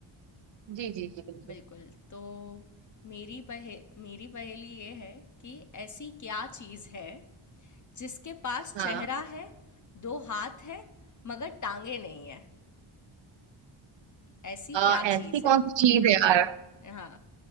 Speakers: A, on the right (about 60°); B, on the left (about 40°).
A: जी जी जी बिल्कुल
B: बिल्कुल। तो मेरी पहे मेरी पहेली ये है कि ऐसी क्या चीज़ है जिसके पास
A: हाँ
B: चेहरा है, 2 हाथ हैं, मगर टाँगें नहीं हैं? ऐसी
A: अ,
B: क्या चीज़
A: ऐसी कौन
B: है?
A: सी चीज है यार
B: हाँ,